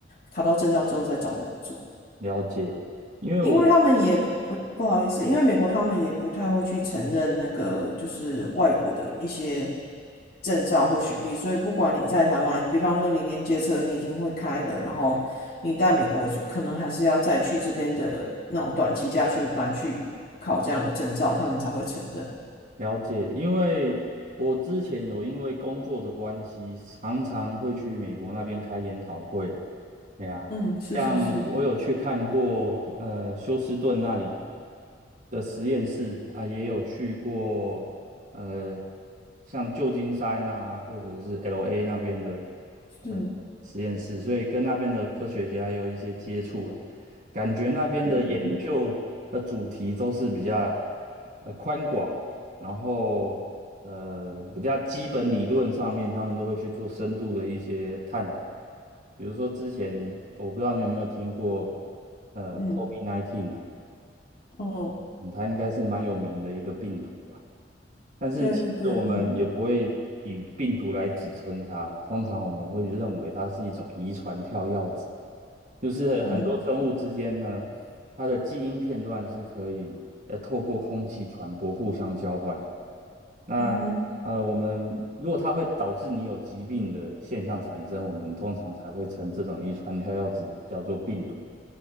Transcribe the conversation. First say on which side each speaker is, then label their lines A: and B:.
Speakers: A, on the left; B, on the right.
A: 考到证照之后再找工作。
B: 了解，因为我。
A: 因为他们也不不不好意思，因为美国他们也不太会去承认那个就是外国的一些证照或学历，所以不管你在台湾，比方说你连接车你已经会开了，然后你在美国是可能还是要再去这边的那种短期家训班去考这样的证照，他们才会承认。
B: 了解，因为我之前有因为工作的关系，常常会去美国那边开研讨会。哎呀，
A: 嗯，是是是
B: 像我有去看过，呃，休斯顿那里的实验室啊，也有去过，呃，像旧金山啊，或者是 LA 那边的，
A: 是，
B: 呃，实验室，所以跟那边的科学家有一些接触啊，感觉那边的研究的主题都是比较，
A: 嗯哼
B: 呃，宽广。然后呃比较基本理论上面，他们都会去做深度的一些探讨。比如说之前我不知道你有没有听过，呃，COVID-19
A: 嗯
B: 啊，
A: 哦，
B: 嗯它应该是蛮有名的一个病毒。啊。但是其实我们也不会以病毒来指称它，
A: 对对对，嗯
B: 通常我们会认为它是一种遗传跳药子，就是很多生物之间呢，
A: 嗯
B: 它的基因片段是可以呃透过空气传播互相交换。那呃，
A: 嗯哼，
B: 我们如果它会导致你有疾病的现象产生，我们通常才会称这种遗传跳药子叫做病毒。